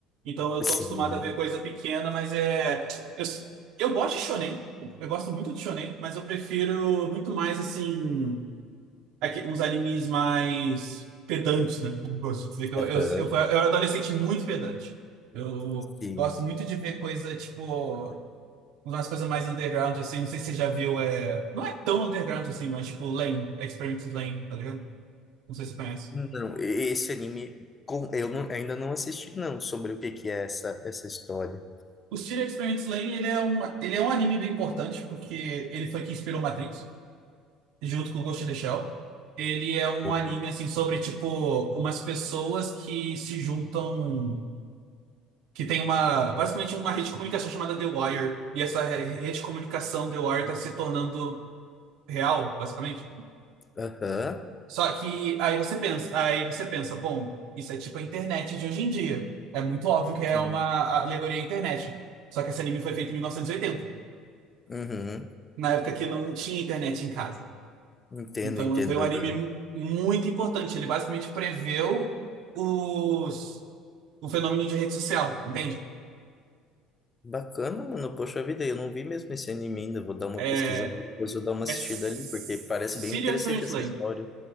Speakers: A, on the right; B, on the left.
A: Então eu tô
B: Sim,
A: acostumado a ver coisa pequena, mas é eu, eu gosto de shonen. Eu gosto muito de shonen, mas eu prefiro muito mais assim aqui- uns animes mais pedantes, né? Eu gosto de dizer que eu
B: aham,
A: eu, eu, fui- eu era adolescente muito pedante. Eu
B: sim.
A: gosto muito de ver coisa tipo umas coisas mais underground, assim, não sei se você já viu, é... não é tão underground assim, mas tipo Lane, Experience Lane, tá ligado? Não sei se você conhece.
B: Não, esse anime com- eu não- ainda não assisti, não, sobre o que que é essa, essa história.
A: O Studio Experience Lane, ele é um, ele é um anime bem importante, porque ele foi que inspirou Matrix, junto com Ghost in the Shell. Ele é um
B: Opa,
A: anime, assim, sobre, tipo, umas pessoas que se juntam, que tem uma, basicamente uma rede de comunicação chamada The Wire, e essa re- rede de comunicação The Wire tá se tornando real, basicamente.
B: aham,
A: Só que aí você pensa, aí você pensa, bom, isso é tipo a internet de hoje em dia. É muito óbvio que é
B: sim,
A: uma alegoria à internet. Só que esse anime foi feito em 1980,
B: uhum.
A: na época que não tinha internet em casa.
B: Entendo,
A: Então
B: entendo.
A: foi um
B: aham.
A: anime mu- muito importante. Ele basicamente preveu os, o fenômeno de rede social, entende?
B: Bacana, mano. Poxa vida, eu não vi mesmo esse anime ainda. Vou dar uma
A: É,
B: pesquisada depois, vou dar uma assistida
A: é S-
B: ali, porque parece
A: Serial
B: bem interessante
A: Experiment
B: essa
A: Lane.
B: história.